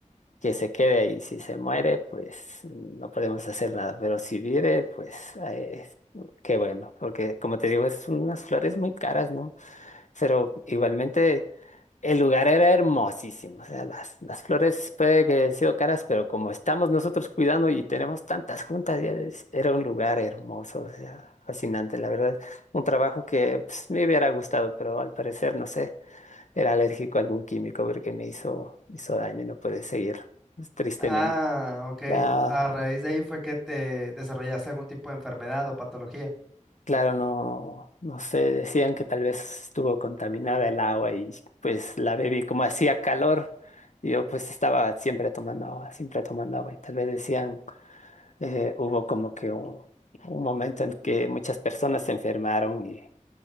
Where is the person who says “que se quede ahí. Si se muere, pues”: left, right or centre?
Left